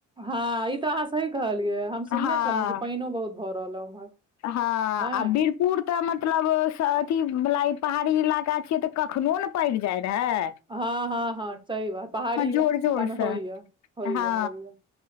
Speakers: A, on the right; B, on the left.
A: हँ ई तऽ अहाँ सही कहलियै हम सुनने
B: हँ
A: छलहुँ कि पानियो बहुत भऽ रहल ह उम्हर
B: हँ
A: नहि
B: आ वीरपुर तऽ मतलब अथीवला पहाड़ी इलाका छियै तऽ कखनो ने प‌इन जाय रहय
A: हँ हँ हँ सही बात पहाड़ी इलाका
B: जोर जोर
A: में होइ
B: से
A: य होइ
B: हँ
A: य होइ य